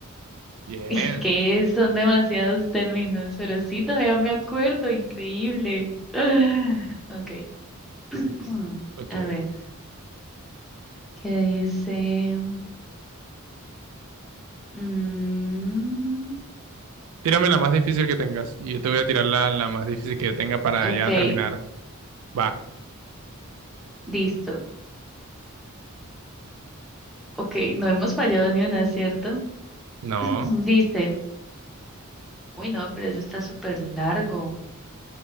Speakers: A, on the right (about 70°); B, in the centre.
A: Bien.
B: Y es que son demasiados términos, pero sí, todavía me acuerdo, increíble. <sighs> Ok. <clears throat>
A: Ok.
B: A ver, ¿qué dice? Mm,
A: Tírame la más difícil que tengas. Y yo te voy a tirar la, la más difícil que yo tenga para
B: ok,
A: ya terminar. Va.
B: listo. Ok, no hemos fallado ni una, ¿cierto?
A: No.
B: <clears throat> Dice, uy, no, pero eso está súper largo.